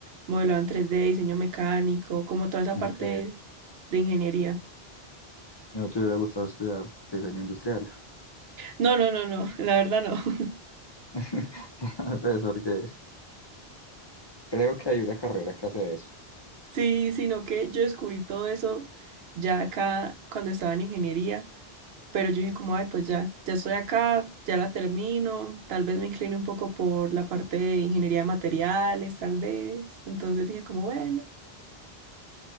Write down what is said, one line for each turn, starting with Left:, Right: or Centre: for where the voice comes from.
Right: modelado en tres d diseño mecánico, como toda esa
Left: ok.
Right: parte de ingeniería.
Left: ¿Y no te hubiera gustado estudiar diseño industrial?
Right: No, no, no, no, <laughs> la verdad no. <laughs>
Left: <laughs> Pues porque creo que hay una carrera que hace eso.
Right: Sí, sino que yo descubrí todo eso ya acá cuando estaba en ingeniería, pero yo dije como, ay, pues ya, ya estoy acá, ya la termino, tal vez me incline un poco por la parte de ingeniería de materiales, tal vez. Entonces dije como, bueno,